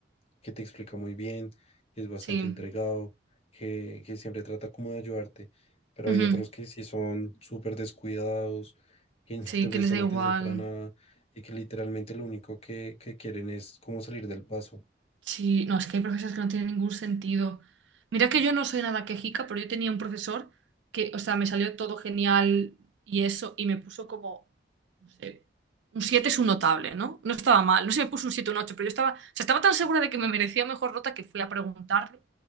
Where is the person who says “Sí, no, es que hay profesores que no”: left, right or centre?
Right